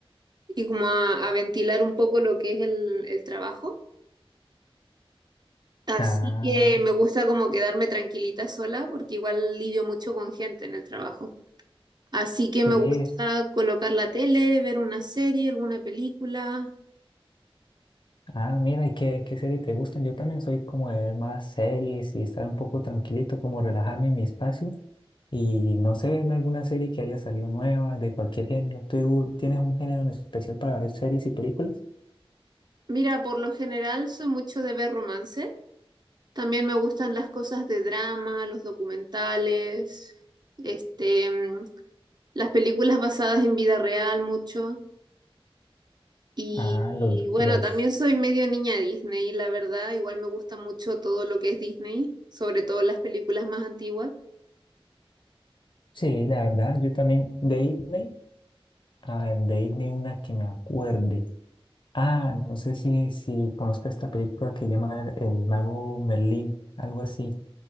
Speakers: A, on the right; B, on the left.
A: y como a, a ventilar un poco lo que es el, el trabajo. Así
B: Ah,
A: que me gusta como quedarme tranquilita sola porque igual lidio mucho con gente en el trabajo. Así que
B: sí
A: me gusta
B: es.
A: colocar la tele, ver una serie, alguna película.
B: Ah, mira, ¿y qué, qué series te gustan? Yo también soy como de ver más series y estar un poco tranquilito, como relajarme en mi espacio. Y no sé en alguna serie que haya salido nueva, de cualquier género. ¿Tú tienes un género en especial para ver series y películas?
A: Mira, por lo general soy mucho de ver romances. También me gustan las cosas de drama, los documentales, este, mm, las películas basadas en vida real mucho. Y
B: Ah, los,
A: bueno,
B: los...
A: también soy medio niña Disney, la verdad, igual me gusta mucho todo lo que es Disney, sobre todo las películas más antiguas.
B: Sí, la verdad, yo también de Disney. A ver, de Disney una que me acuerde. Ah, no sé si, si conozco esta película que llama El Mago Merlín, algo así,